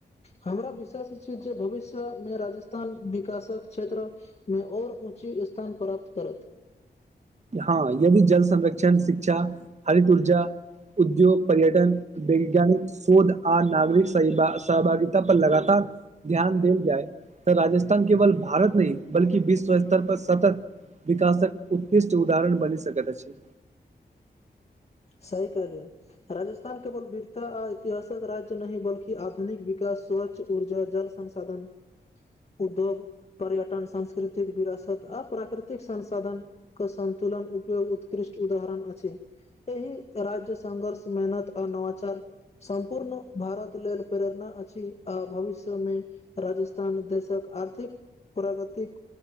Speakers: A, on the left; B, on the right.
A: हमरा विश्वास छैय जे भविष्य मे राजस्थान विकासक क्षेत्र मे और ऊँची स्थान प्राप्त करत।
B: हा यदी जल संरक्षण, शिक्षा, हरित ऊर्जा, उद्योग पर्यटन, वैज्ञानिक शोध आ नागरिक सह सहभागितता पर लगातार ध्यान देल जाय त राजस्थान केवल भारत नही बल्कि विश्व स्तर पर सतत विकासक उत्कृष्ट उदाहरण बनी सकेत अछि।
A: सही कहलीये। राजस्थान केवल वीरता आ ऐतिहासक राज्य नही बल्कि आधुनिक विकास, स्वच्छ ऊर्जा, जल संसाधन, उद्योग पर्यटन, सांस्कृतिक विरासत आ प्राकृतिक संसाधन कऽ सन्तुलन उपयोग उत्कृष्ट उदाहरण अछि। एही राज्य संघर्ष, मेहनत आ नवाचार सम्पूर्ण भारत लेल प्रेरणा अछि आ भविष्य मे राजस्थान देशक आर्थिक प्रग्तिक